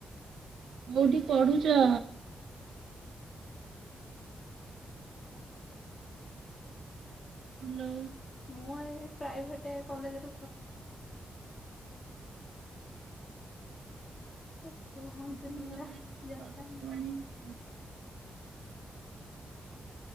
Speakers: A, on the right; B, on the left.
A: କୋଉଠି ପଢୁଚ? ହାଲୋ।
B: ମୁଁ ଏଇ ପ୍ରାଇଭେଟେ କଲେଜରେ ପଢୁଚି। ଆ କୁହଣନ୍ତି
A: ଆପଣଙ୍କ
B: ହେରା
A: ଗାଁରେ କଣ
B: ଯାଗା
A: ପର୍ବପର୍ବାଣୀ
B: ନାଁ।
A: ହଉଛି?